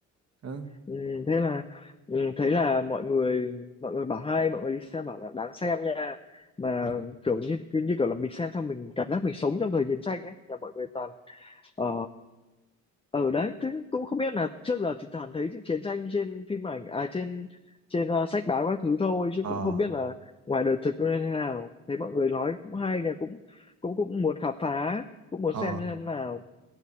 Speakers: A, on the right (about 55°); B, on the left (about 20°).
A: đó
B: Ừ, thế là ừ, thấy là mọi người mọi người bảo hay mọi người đi xem bảo là đáng xem nha mà
A: ờ
B: kiểu như cứ như kiểu là mình xem xong mình cảm giác mình sống trong thời chiến tranh ấy là mọi người toàn ờ, ở đấy thế cũng không biết là trước giờ thì toàn thấy chiến tranh trên phim ảnh à trên trên ờ, sách báo các thứ thôi chứ
A: ờ
B: cũng không biết là ngoài đời thực nó như thế nào thấy mọi người nói cũng hay nè cũng cũng cũng muốn khám phá cũng muốn
A: ờ,
B: xem xem nào